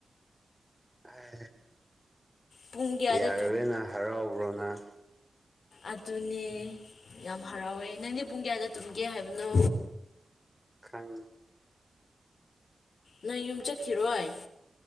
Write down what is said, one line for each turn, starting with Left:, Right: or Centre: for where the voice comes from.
Centre: ꯑꯦ
Left: ꯄꯨꯡ ꯀꯌꯥꯗ
Centre: ꯌꯥꯔꯕꯦꯅ ꯍꯔꯥꯎꯕ꯭ꯔꯣ ꯅꯪ
Left: ꯑꯗꯨꯅꯤ ꯌꯥꯝ ꯍꯔꯥꯎꯋꯦ ꯅꯪꯗꯤ ꯄꯨꯡ ꯀꯌꯥꯗ ꯇꯨꯝꯒꯦ ꯍꯥꯏꯕꯅꯣ
Centre: ꯑꯪ
Left: ꯅꯪ ꯌꯨꯝ ꯆꯠꯈꯤꯔꯣꯏ